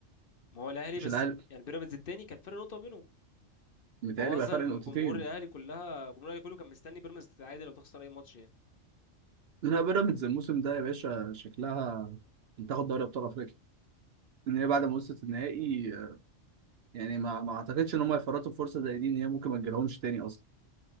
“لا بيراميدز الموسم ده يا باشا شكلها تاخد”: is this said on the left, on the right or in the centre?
Right